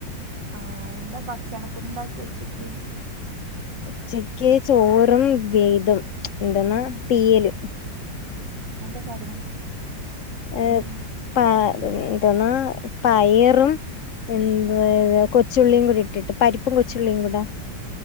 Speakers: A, on the right; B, on the left.
A: ആഹ് എന്താ ഭക്ഷണത്തിന്ണ്ടാക്കി ഉച്ചക്ക്
B: ഉച്ചക്ക് ചോറും വെയ്തും എന്തെന്നാ തീയല്
A: അഎന്താ സാധനം തീയലിന്
B: ഏ പ എന്തന്നാ പയറും എന്ത കൊച്ചുള്ളിയും കൂടി ഇട്ടിട്ട് പരിപ്പും കൊച്ചുള്ളിയും കൂടാ